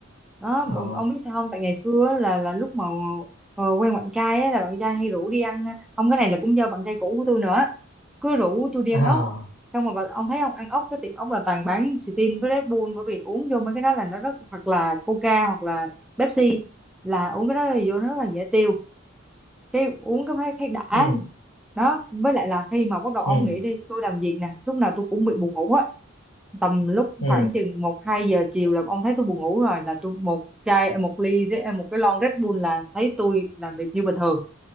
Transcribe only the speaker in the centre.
đó mà
ông biết sao không tại ngày xưa á, là là lúc mà ờ, quen bạn trai á là bạn trai hay rủ đi ăn ông cái này là cũng do bạn trai cũ của tôi nữa cứ rủ tôi đi
ăn
ốc xong rồi bà- ông thấy ông ăn ốc cái tiệm ốc là toàn bán Sting với Red Bull bởi vì uống vô mấy cái đó là nó rất hoặc là Coca hoặc là Pepsi là uống cái đó là vô nó rất là dễ tiêu cái uống cái thấy thấy đã
đó với lại là khi mà bắt đầu ông
nghĩ đi tôi làm việc nè lúc nào tôi cũng bị buồn ngủ á tầm lúc
khoảng chừng một hai giờ chiều là ông thấy tôi buồn ngủ rồi là tôi một chai một ly Red- một cái lon Red Bull là thấy tôi làm việc như bình thường